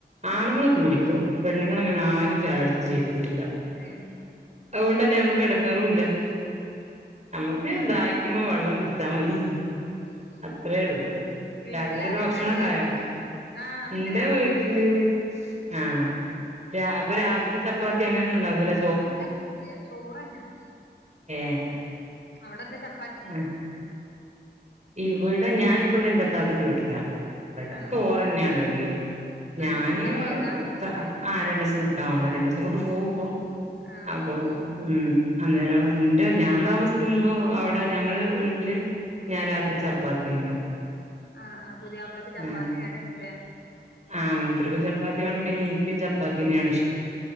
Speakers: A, on the right; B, on the left.
A: ആണുങ്ങളൊക്കെ
B: ആ
A: കുടിക്കും പെണ്ണുങ്ങൾ അങ്ങനെ ആരും ചായ കുടിച്ച് ശീലിച്ചിട്ടില്ല
B: ഏഹ്
A: അഓണ്ടന്നെ നമ്മക്ക് എടങ്ങേറുംല്ല നമ്മുക്ക് ദാഹിക്കുമ്പോ വെള്ളം കുടിച്ചാമതി
B: ഉം
A: അത്രേ ഒള്ളു
B: വീട്ടിലാരൊക്കെയാ
A: രാത്രിക്കത്തെ ഭക്ഷണൊക്കായോ
B: ഉള്ളെ ആഹ് അതൊക്കെ
A: ഇൻ്റെ
B: രാവിലെ
A: വീട്ടില്
B: തന്നെ
A: ആഹ് രാ അപ്പം രാത്രി ചപ്പാത്തി അങ്ങനൊന്നും ഉണ്ടാകൂലെ
B: അങ്ങനൊന്നുല്ല ചോറന്നെ
A: ഏഹ്
B: അവിടെന്താ ചപ്
A: അഹ് ഇവടെ ഞാനിപ്പള്ളെ ഇന്റെ ഇത്താതന്റെ വീട്ടിലാ ഇബടെ
B: ആഹ്
A: ചോറന്നെണ് അതികേം ഞാന്
B: അന്തേ നിക്കാൻ പോയതാ
A: സഹ ആഹ് രണ്ടേസം നിക്കാൻ വന്നാ രണ്ടോസം കൊണ്ട് പോകുപ്പം
B: ആഹ്
A: അപ്പോ
B: ആഹ്
A: ഉം അന്നേരൊ ഇന്റെ ഞാൻ താമസിക്കുമ്പോ അവിട ടെ ഞങ്ങളെ വീട്ടില് ഞാൻ രാത്രി ചപ്പാത്തെന്നെ ആക്കാ
B: ആഹ് ആഹ് പുത്യാപ്ലക്ക് ചപ്പാത്തി
A: ആഹ്
B: വേണേക്കും ല്ലേ
A: ആഹ് മൂപ്പർക്കും ചപ്പാത്തി വാണം പിന്നെ ഇൻക്കും ചപ്പാത്ത്യന്നെയാണ് ഇഷ്ടം